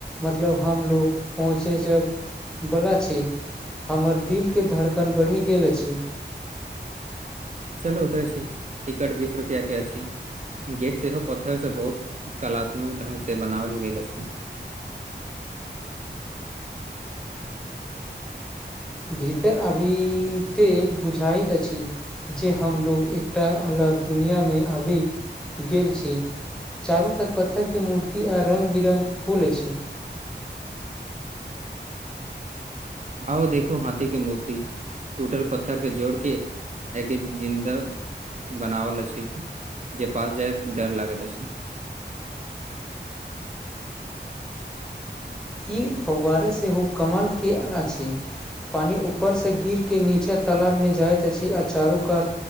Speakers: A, in the centre; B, on the right.
A: मतलब हमलोग पहुँचै जबला छै हमर दिलके धड़कन बढ़ि गेल अछि
B: चलू उतरे छी टिकट बीस रुपआ के अछी गेट सेहो पत्थर से बहुत कलात्मक ढंग से बनाओल गेल अछि
A: भीतर अभी ते बुझाइत अछि जे हमलोग एकटा अलग दुनिआँमे आबि गेल छी चारूकात पत्थर के मूर्ति आ रंग बिरङ्ग फूल अछि
B: आओ देखु हाथी के मूर्ति टूटल पत्थर के जोड़ के एक एक जिन्दा बनावल अछि जे पास जाय डर लागैत अछि
A: ई फवारा सेहो कमालके अछि पानि ऊपर से गिर के नीचे तालब मे जायत तछी आ चारू कात